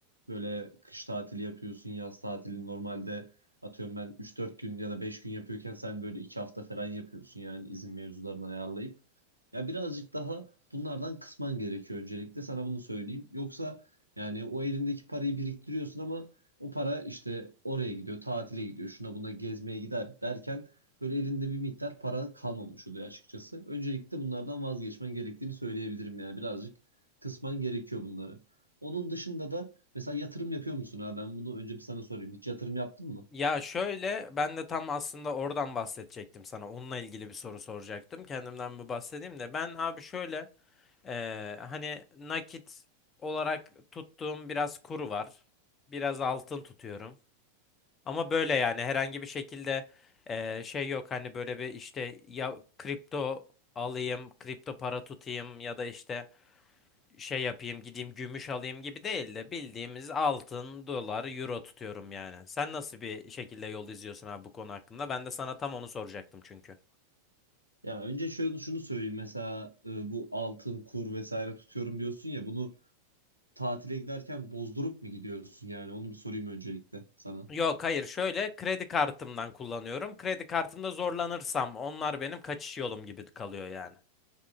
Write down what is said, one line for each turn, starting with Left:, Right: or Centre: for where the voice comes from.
Right: böyle kış tatili yapıyorsun, yaz tatili normalde atıyorum ben üç dört gün ya da 5 gün yapıyorken sen böyle 2 hafta falan yapıyorsun yani izin mevzularını ayarlayıp. Ya birazcık daha bunlardan kısman gerekiyor öncelikle sana bunu söyleyeyim. Yoksa yani o elindeki parayı biriktiriyorsun ama o para işte oraya gidiyor, tatile gidiyor, şuna buna gezmeye gider derken böyle elinde bir miktar para kalmamış oluyor açıkçası. Öncelikle bunlardan vazgeçmen gerektiğini söyleyebilirim yani birazcık kısman gerekiyor bunları. Onun dışında da mesela yatırım yapıyor musun ha? Ben bunu önce bir sana sorayım. Hiç yatırım yaptın mı?
Left: Ya şöyle ben de tam aslında oradan bahsedecektim sana. Onunla ilgili bir soru soracaktım. Kendimden bir bahsedeyim de. Ben abi şöyle eee, hani nakit olarak tuttuğum biraz kuru var. Biraz altın tutuyorum. Ama böyle yani herhangi bir şekilde eee, şey yok hani böyle bir işte ya kripto alayım, kripto para tutayım ya da işte şey yapayım, gideyim gümüş alayım gibi değil de bildiğimiz altın, dolar, euro tutuyorum yani. Sen nasıl bir şekilde yol izliyorsun abi bu konu hakkında? Ben de sana tam onu soracaktım çünkü.
Right: Ya önce şöyle şunu söyleyeyim. Mesela e, bu altın, kur vesaire tutuyorum diyorsun ya bunu tatile giderken bozdurup mu gidiyorsun yani? Onu bir sorayım öncelikle sana.
Left: Yok hayır şöyle kredi kartımdan kullanıyorum. Kredi kartımda zorlanırsam onlar benim kaçış yolum gibi kalıyor yani.